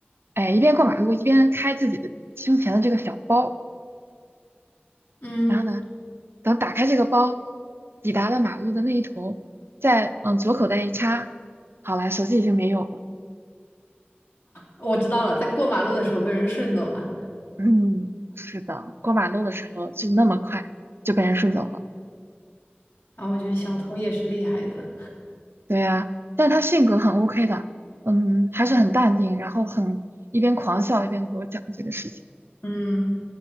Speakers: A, on the right (about 75°); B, on the left (about 60°).
A: 哎，一边过马路一边开自己的胸前的这个小包，
B: 嗯，
A: 然后呢，等打开这个包，抵达了马路的那一头，再往左口袋一插，好了，手机已经没有了，
B: 我知道了，在过马路的时候被人顺走了。
A: 嗯，是的，过马路的时候就那么快就被人顺走了。
B: 啊，我觉得小偷也是厉害的。
A: 对呀，但他性格很 OK 的，嗯，还是很淡定，然后很一边狂笑一边给我讲这个事情，
B: 嗯，